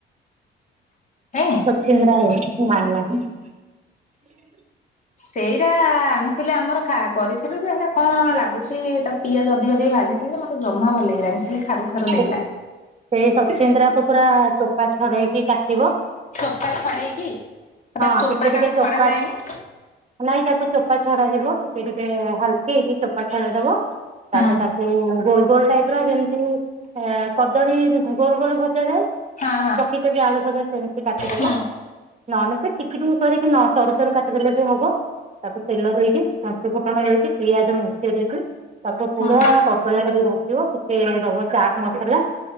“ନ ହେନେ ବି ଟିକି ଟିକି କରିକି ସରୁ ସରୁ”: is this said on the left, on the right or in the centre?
Right